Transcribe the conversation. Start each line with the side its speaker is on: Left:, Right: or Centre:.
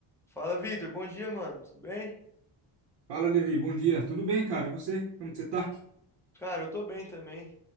Centre: Fala, Vitor. Bom dia, mano. Tudo bem?
Right: Fala, Levi. Bom dia. Tudo bem, cara? E você? Como que você tá?
Centre: Cara, eu tô bem também.